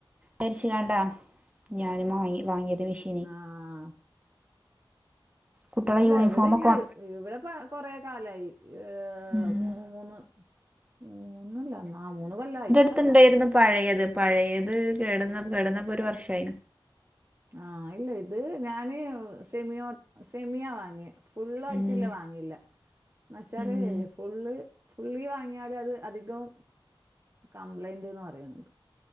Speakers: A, on the right (about 15°); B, on the right (about 30°).
A: തെര്ച്ച്കാണ്ടാ ഞാൻ വാങ്ങ വാങ്ങിയത് മെഷീ
B: ആഹ്
A: കുട്ടികളെ
B: ഇല്ല
A: യൂണിഫോമൊക്കെ
B: ഇവിടെ ഇണ്ട് ഇവിടെ പ കൊറേ കാലായി ഏഹ്
A: ഉം
B: മൂ മൂന്ന് മൂന്നല്ല നാ മൂന്ന് കൊല്ലായി
A: ത്ത്ണ്ടായിരുന്നു പഴയത് പഴയത് കേടന്ന കേടന്നപ്പോ ഒരു വർഷായി
B: ആഹ് ഇല്ല ഇത് ഞാന് സെമിയോ സെമിയാ വാങ്ങിയ ഫുള്ളായിട്ടില്ല
A: ഉം
B: വാങ്ങില്ല എന്ന വെച്ചാല്
A: ഉം
B: ഫുള്ള് ഫുള്ളി വാങ്ങിയാൽ അത് അധികം കംപ്ലൈൻ്റ്ന്ന് പറയുന്നുണ്ട്